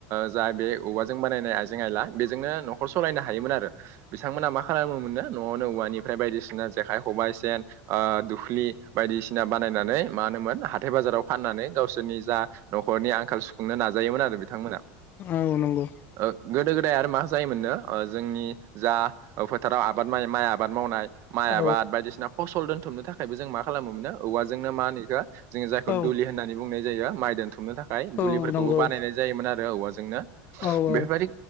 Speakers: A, on the right; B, on the left.
A: जा बे औवाजों बानायनाय आइजें आयला बेजोंनो न'खर सालायनो हायोमोन आरो बिथांमोना मा खालामोमोननो न'आवनो औवानिफ्राय बायदिसिना जेखाइ खबाय सेेन ओ दुख्लि बायदिसिना बानायनानै मा होनोमोन हा थाय बाजाराव फाननानै गावसोरनि जा न'खरनि आंखाल सुफुंनो नाजायोमोन आरो बिथांमोना
B: औ नंगौ।
A: ओ गोदो गोदाय आरो मा जायोमोननो जोंनि जा फोथाराव आबाद माइ माइ आबाद मावनाय माइ
B: औ
A: आबाद बायदिसिना फसल दोनथुमनो थाखायबो जों मा खालामोमोननो औवाजोंनो मा होनो बेखौ जायखौ
B: औ
A: दुलि होननानै बुंनाय जायो माइ दोनथुमनो थाखाय दुलिफोरखौबो
B: औ नंगौ
A: बानायनाय जायोमोन आरो औवाजोंनो
B: औ औ
A: बे‌फोरबादि